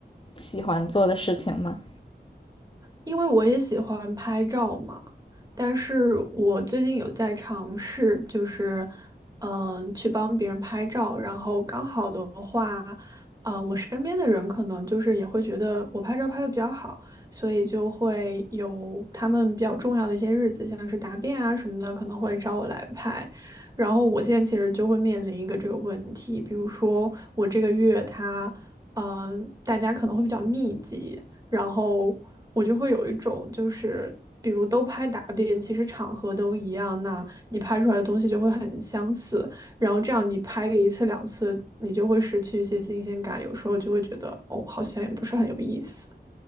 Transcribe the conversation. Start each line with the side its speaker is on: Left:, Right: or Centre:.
Left: 喜欢做的事情吗？
Right: 因为我也喜欢拍照嘛，但是我最近有在尝试，就是，嗯、去帮别人拍照，然后刚好的话，啊、我身边的人可能就是也会觉得我拍照拍的比较好，所以就会有他们比较重要的一些日子，像是答辩啊什么的，可能会找我来拍。然后我现在其实就会面临一个这个问题，比如说我这个月他，嗯、大家可能会比较密集。然后我就会有一种就是，比如都拍打点，其实场合都一样，那你拍出来的东西就会很相似，然后这样你拍个一次两次，你就会失去一些新鲜感，有时候就会觉得哦，好像也不是很有意思。